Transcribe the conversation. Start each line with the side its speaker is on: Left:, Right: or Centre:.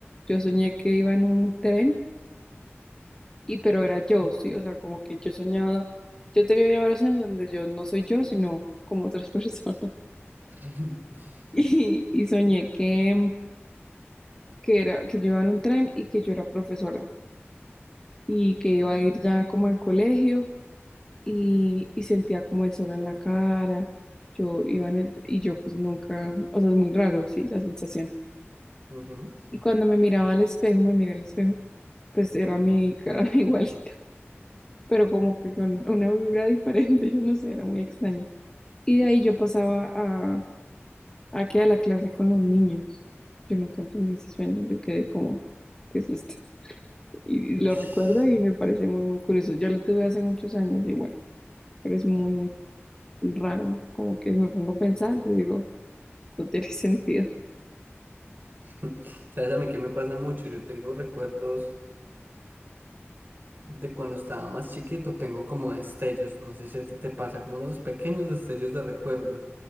Left: yo soñé que iba en un tren. y pero era yo, sí, o sea, como que yo soñaba, yo tenía varios años donde yo no soy yo, sino como otras <laughs> personas.
Right: <laughs>
Left: Y, y soñé que, mm, que era, que yo iba en un tren y que yo era profesora y que iba a ir ya como al colegio y, y sentía como el sol en la cara. Yo iba en el, y yo pues nunca, o sea, es muy raro, sí, la sensación.
Right: Ujú.
Left: Y cuando me miraba al espejo, me miré al espejo, pues era mi cara <laughs> igualita, pero como que con una vibra diferente, yo no sé, era muy extraño. Y de ahí yo pasaba a, a que a la clase con los niños. Yo nunca entendí ese sueño, yo quedé como, ¿qué es esto? <laughs> Y,
Right: Ush.
Left: y lo recuerdo y me parece muy, muy curioso. Ya lo tuve hace muchos años igual, pero es muy, muy raro. Como que me pongo a pensar, yo digo, no tiene <laughs> sentido.
Right: <laughs> ¿Sabes a mí qué me pasa mucho? Yo tengo recuerdos. de cuando estaba más chiquito tengo como destellos, no sé si a ti te pasa, como unos pequeños destellos de recuerdos.